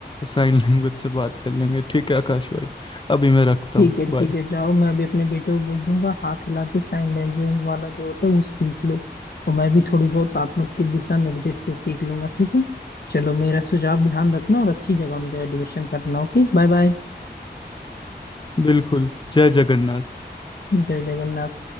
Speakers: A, on the left; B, on the left.
A: साइन लैंग्वेज से बात कर लेंगे ठीक है आकाश भाई अभी मैं रखता
B: ठीक
A: हूँ
B: है ठीक
A: बाय
B: है जाओ मैं भी अपने बेटे को बोल दूंगा हाथ हिला के साइन लैंग्वेज वाला जो होता है वो सीख ले और मैं भी थोड़ी बहुत आप लोग के दिशा निर्देश से सीख लूंगा ठीक है चलो मेरा सुझाव ध्यान रखना और अच्छी जगह उनका एडमिशन करना Okay bye bye
A: बिल्कुल जय जगन्नाथ
B: जय जगन्नाथ